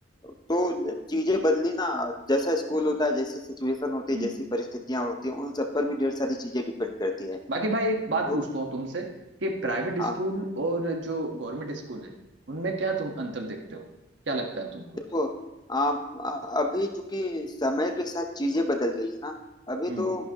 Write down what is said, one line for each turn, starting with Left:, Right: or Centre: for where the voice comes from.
Left: तो चीजें बदली ना जैसा स्कूल होता है जैसी सिचुएशन होती
Right: हम्म।
Left: है जैसी परिस्थितियां होती हैं उन सब पर भी ढेर सारी चीजें डिपेंड करती है
Right: बाकी भाई एक बात
Left: तो
Right: पूछता हूँ तुमसे कि प्राइवेट
Left: हाँ
Right: स्कूल और जो गवर्नमेंट स्कूल है उनमें क्या तुम अंतर देखते हो क्या लगता है तुमको
Left: देखो आप अ- अभी चूंकि समय के साथ चीजें बदल गई है ना अभी
Right: हम्म
Left: तो